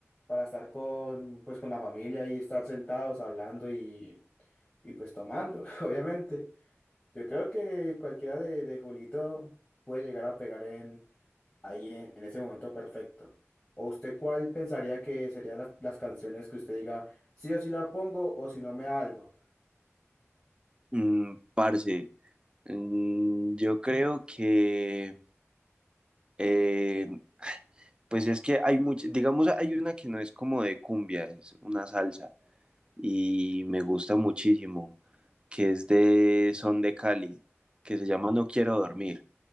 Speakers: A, on the left; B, on the right.
A: para estar con, pues con la familia y estar sentados hablando y, y pues tomando, <laughs> obviamente. Yo creo que cualquiera de, de Julito puede llegar a pegar en, ahí en, en ese momento perfecto. ¿O usted cuál pensaría que serían las, las canciones que usted diga, sí o sí la pongo o si no me da algo?
B: mm, parce, Mm, Yo creo que, eh, pues es que hay muchas, digamos, hay una que no es como de cumbia, es una salsa y me gusta muchísimo, que es de Son de Cali, que se llama No quiero dormir.